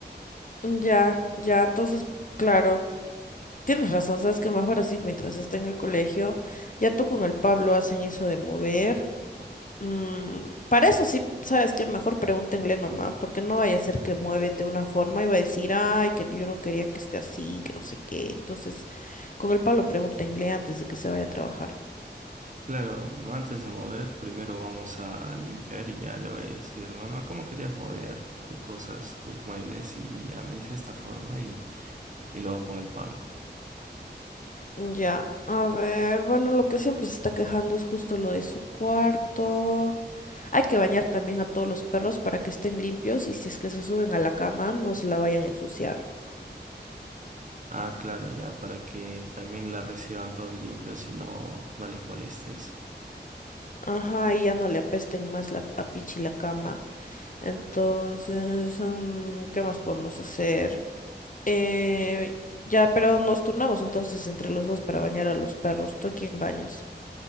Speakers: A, on the left; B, on the right.
A: Ya, ya, entonces, claro, tienes razón, sabes que mejor así mientras esté en el colegio, ya tú con el Pablo hacen eso de mover. Mm, para eso sí, sabes que mejor pregúntenle nomás, porque no vaya a ser que mueven de una forma y va a decir, ay, que yo no quería que esté así, que no sé qué. Entonces, con el Pablo pregúntenle antes de que se vaya a trabajar.
B: Claro, antes de mover, primero vamos a limpiar y ya le voy a decir, mamá, ¿cómo querías mover tus cosas, tus muebles? Y ya me hice esta forma y, y luego con el Pablo.
A: Ya, a ver, bueno, lo que siempre se está quejando es justo lo de su cuarto. Hay que bañar también a todos los perros para que estén limpios y si es que se suben a la cama, no se la vayan a ensuciar.
B: Ah, claro, ya, para que también la reciban todos limpios y no, no les moleste eso.
A: Ajá, y ya no le apesten más la, a Pichi la cama. Entonces, mm, ¿qué más podemos hacer? Eh, ya, pero nos turnamos entonces entre los dos para bañar a los perros. ¿Tú a quién bañas?